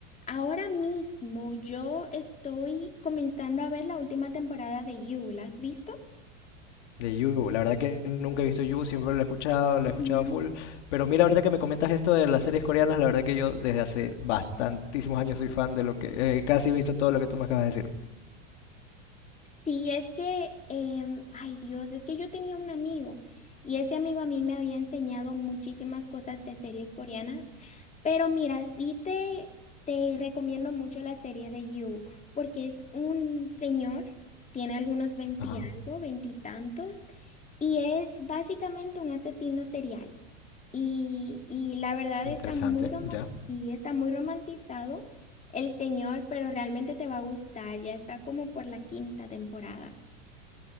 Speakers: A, on the left; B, on the left.
A: ahora mismo yo estoy comenzando a ver la última temporada de You. ¿La has visto?
B: de You, la verdad que nunca he visto You, siempre la he escuchado, la he escuchado
A: Ujú.
B: full. Pero mira, ahorita que me comentas esto de las series coreanas, la verdad que yo desde hace bastantísimos años soy fan de lo que... eh, casi he visto todo lo que tú me acabas de decir.
A: Sí, es que, em, ay Dios, es que yo tenía un amigo y ese amigo a mí me había enseñado muchísimas cosas de series coreanas, pero mira, sí te, te recomiendo mucho la serie de You, porque es un señor, tiene algunos veinti
B: Ajá.
A: algo, veintitantos, y es básicamente un asesino serial. Y, y la verdad
B: Interesante,
A: está muy, roma-
B: ya.
A: sí, está muy romantizado. El Señor, pero realmente te va a gustar, ya está como por la quinta temporada.